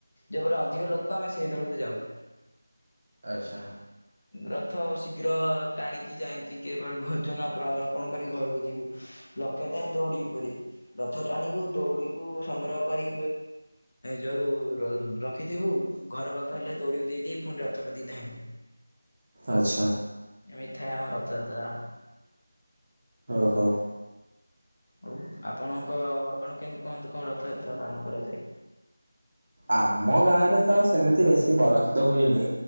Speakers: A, on the left; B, on the right.
A: ଯୋଉପଟ ଅଧିକ ଲୋକ ଆମେ ସେଇ ଦଳକୁ ଯାଉ
B: ଆଚ୍ଛା।
A: ରଥ ଶୀଘ୍ର ଟାଣିକି ଯାଇକି କି ଭୋଜନ ଅର୍ପଣ କରି ଘରକୁ ଯିବୁ ଲକ୍ଷ୍ୟ ଥାଏ ଦୌଡ଼ି ଉପରି ରଥ ଟାଣିବୁ ଦୌଡ଼ି ସଂଗ୍ରହ କରି ଯୋଉ ରଖିଥିବୁ ଘର ପାଖ ଲେ ଦୌଡିକୁ ଦେଇଦ ଫୁଣି ରଥ କତିକି ଧାଇଁବୁ
B: ଆଚ୍ଛା
A: ଏମିତି ହଁ ରଥଯାତ୍ରା।
B: ଓହୋ।
A: ହଉ ଆପଣଙ୍କ ଆପଣ କେମିତି କୁହନ୍ତୁ କଣ ରଥଯାତ୍ରା ପାଳନ କରାଯାଏ।
B: ଆମ ଗାଁରେ ତ ସେମିତି ବେଶୀ ବଡ କି ତ ହୁଏନି